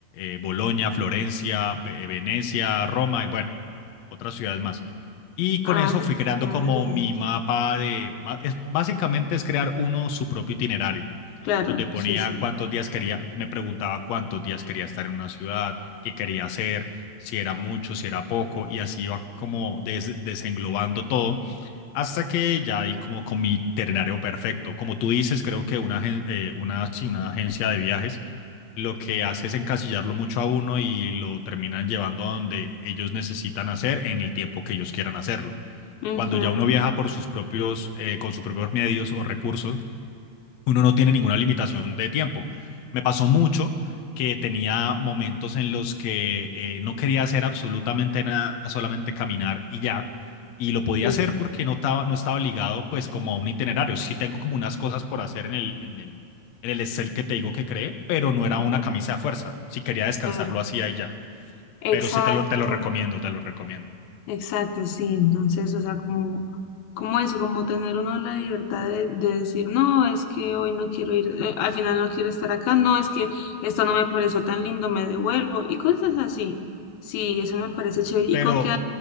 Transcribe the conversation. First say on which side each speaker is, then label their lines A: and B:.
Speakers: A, on the left (about 65°); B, on the left (about 85°).
A: eh, Bolonia, Florencia, Ve- Venecia, Roma y bueno, otras ciudades más. Y con
B: Ah,
A: eso
B: pero
A: fui
B: fuiste
A: creando
B: a
A: como
B: varias.
A: mi mapa de, ma- es- básicamente es crear uno su propio itinerario
B: Claro,
A: donde ponía
B: sí, sí.
A: cuántos días quería, me preguntaba cuántos días quería estar en una ciudad, qué quería hacer, si era mucho, si era poco, y así iba como des- desenglobando todo, hasta que ya di como con mi itinerario perfecto. Como tú dices, creo que una, agen- eh, una, sí, una agencia de viajes lo que hace es encasillarlo mucho a uno y lo terminan llevando a donde ellos necesitan hacer en el tiempo que ellos quieran hacerlo.
B: Ujú,
A: Cuando ya uno viaja por sus propios, eh, con sus propios medios o recursos, uno no tiene ninguna limitación de tiempo. Me pasó mucho que tenía momentos en los que eh, no quería hacer absolutamente nada, solamente caminar y ya. Y lo podía
B: Sí,
A: hacer porque no estaba, no estaba ligado pues como a un itinerario. Sí tengo como unas cosas por hacer en el, en el, en el Excel que te digo que creé, pero no era
B: ujú,
A: una camisa de fuerza. Si quería descansar,
B: claro.
A: lo hacía y ya. Pero
B: Exacto.
A: sí te lo, te lo recomiendo, te lo recomiendo.
B: Exacto, sí. Entonces, o sea, como, como eso, como tener uno la libertad de, de decir, no, es que hoy no quiero ir, eh, al final no quiero estar acá, no, es que esto no me pareció tan lindo, me devuelvo y cosas así. Sí, eso me parece chévere. ¿Y
A: Pero
B: con qué?